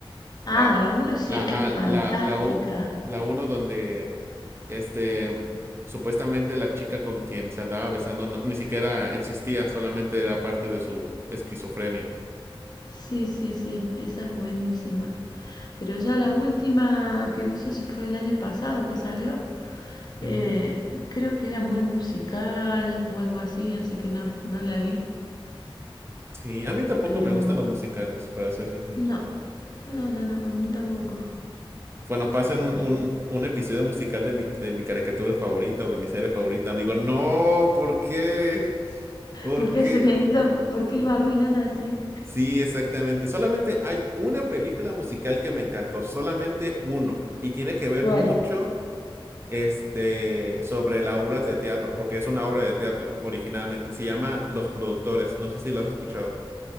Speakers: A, on the right (about 25°); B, on the left (about 45°).
A: La,
B: Ah, la uno sí
A: la, ajá,
B: es fantástica.
A: la, la, u- la uno donde, este, supuestamente la chica con quien se andaba besando no- ni siquiera existía, solamente era parte de su esquizofrenia.
B: Sí, sí, sí, esa es buenísima. Pero ya la última, que no sé si fue el año pasado que salió,
A: Ujú.
B: eh, creo que era muy musical o algo así, así que no, no la vi.
A: Sí, a mí tampoco
B: Pero
A: me gustan los musicales, para ser sincero.
B: no, no, no, no, a mí tampoco.
A: bueno pasan un,
B: Prefiero-
A: un, un episodio musical de mi, de mi caricatura favorita o de mi serie favorita, digo, no, ¿por qué? ¿Por
B: ¿Por
A: qué?
B: qué hacen esto? ¿Por qué lo arruinan así?
A: Sí, exactamente. Solamente hay una película musical que me encantó, solamente uno, y tiene que ver
B: ¿Cuál?
A: mucho este sobre las obras de teatro, porque es una obra de teatro originalmente. Se llama Los Productores. No sé si lo has escuchado.